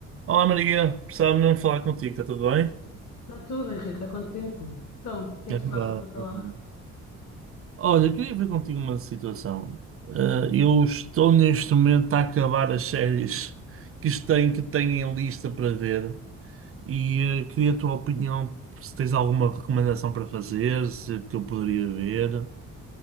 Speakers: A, on the right; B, on the left.
A: Olá Maria, precisava mesmo falar contigo, está tudo bem?
B: Está tudo, Henrique. Há quanto tempo? Então, o que é
A: É
B: que se
A: verdade,
B: passa? Conta
A: está
B: lá.
A: bom. Olha, eu queria ver contigo uma situação. Ah, eu estou neste momento a acabar as séries que têm, que têm em lista para ver e ah, queria a tua opinião, se tens alguma recomendação para fazer, se que eu poderia ver,